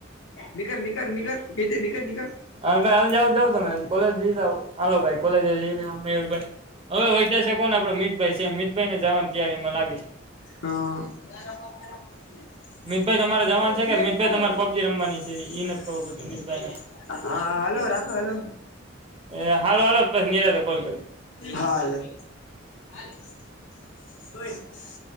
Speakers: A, on the left; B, on the right.
A: નીકર નીકર નિકર કેજે નીકર નીકર.
B: હા ભાઈ હાલ જાવ જાવ તમે કોલેજ જઈ જાવ હાલ ભાઈ કોલેજ જ મયુર ભાઈ હવે વૈધા શે કોને આપડો મિતભાઈ છે, મિતભાઈ ને જાવાની તૈયારી માં લાગે છે.
A: હા. <unintelligible>
B: મિતભાઈ તમારે જવાનું છે કે મિતભાઈ તમારે પબજી રમવાની છે ઈ નથી ખબર પડતી મિતભાઈને
A: હા હલો રાખો હલો.
B: એ હારું હાલો પછી નીરાંતે કોલ કરી.
A: હાલ. <unintelligible> <unintelligible>